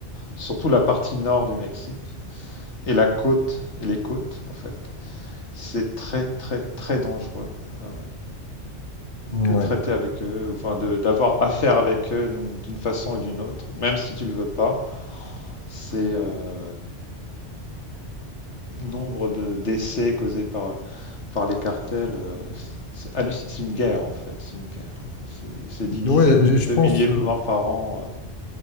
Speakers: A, on the left; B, on the left.
A: Surtout la partie nord du Mexique et la côte et les côtes en fait. C'est très très très dangereux euh,
B: Ouais,
A: de traiter avec eux, enfin de- d'avoir affaire avec eux d'une d'une façon ou d'une autre, même si tu le veux pas. C'est euh, nombre de décès causés par par les cartels, euh, c'est halluc- une guerre en fait, c'est une guerre. C'est- des dizaines
B: ouais, je je
A: de
B: pense...
A: milliers
B: euh,
A: de morts par an. euh.